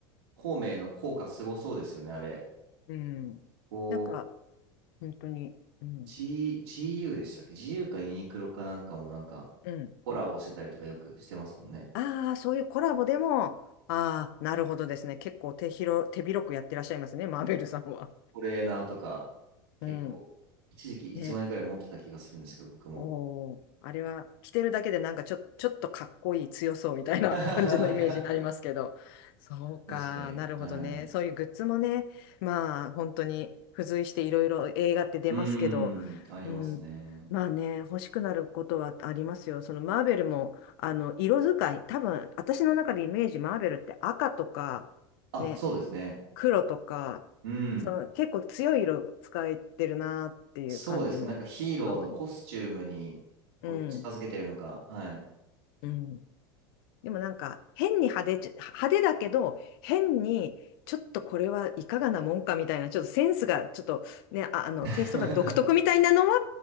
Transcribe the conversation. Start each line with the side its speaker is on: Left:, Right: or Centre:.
Right: 孔明の効果すごそうですよね、あれ。
Left: うん。
Right: こう、
Left: なんか、本当に、うん、
Right: G、GU でしたっけ ?GU かユニクロかなんかもなんか
Left: うん。
Right: コラボしてたりとかよくしてますもんね。
Left: ああ、そういうコラボでも、ああ、なるほどですね。結構手広、手広くやってらっしゃいますね、マーベルさんは。
Right: トレーナーとか結構一時期1円くらい持ってた気がするんですけど、
Left: うん。ね。
Right: 僕も。
Left: おお、あれは着てるだけでなんかちょ、ちょっとかっこいい強そうみたいな感じのイメージになりますけど、
Right: <laughs> いや、
Left: そうか、
Right: 確かに。
Left: なるほどね。
Right: はい。
Left: そういうグッズもね、まあ本当に付随していろいろ映画って出ますけど、
Right: うーん、ありますね。
Left: うん、まあね、欲しくなることはありますよ。そのマーベルも、あの、色使い、多分私の中でイメージマーベルって赤とか、
Right: あ、
Left: ね、
Right: そうですね。
Left: 黒とか、
Right: うん。
Left: その結構強い色使えてるなっていう感じの、
Right: そうですね。なんかヒーローのコスチュームにこう近づけてるのか。
Left: 多い。うん。
Right: はい。
Left: うん。でもなんか変に派手じゃ、派手だけど変にちょっとこれはいかがなもんかみたいなちょっとセンスがちょっとねあ、あのテイストが独特みたいなのは
Right: <laughs>